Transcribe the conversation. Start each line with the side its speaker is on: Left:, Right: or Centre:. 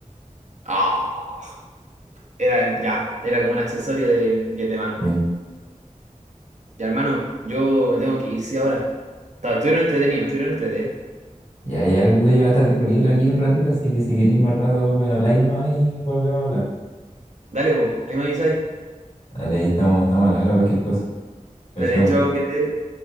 Right: Ah, era ya, era como un accesorio de, de de mano.
Left: Sí.
Right: Ya, hermano, yo me tengo que ir, sí, ahora. Ta- Estuvieron entretenidos, estuvieron entretenidos.
Left: Ya, ya, pude yo voy a estar disponible aquí un ratito, así que si queréis más rato me habláis nomás y volvemos a hablar.
Right: Dale, pues, ahí me avisáis.
Left: Dale, ahí estamos, estamos a la hora cualquier cosa. Chao,
Right: Dale,
Left: chao.
Right: chao, que te